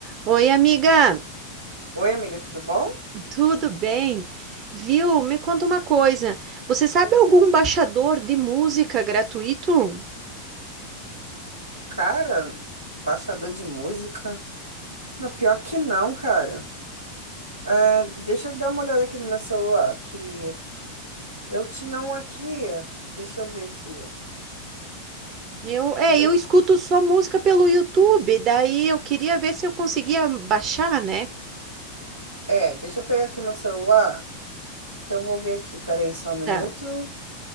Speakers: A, on the right; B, on the right.
A: Oi, amiga,
B: Oi, amiga, tudo bom?
A: tudo bem? Viu? Me conta uma coisa. Você sabe algum baixador de música gratuito?
B: Cara, baixador de música? Não, pior que não, cara. É, deixa eu dar uma olhada aqui no meu celular, que eu tinha um aqui, deixa eu ver aqui.
A: Eu, é,
B: Eu
A: eu
B: tinha...
A: escuto só música pelo YouTube, daí eu queria ver se eu conseguia baixar, né?
B: É, deixa eu pegar aqui meu celular, que eu vou ver aqui, peraí só um minuto.
A: Tá.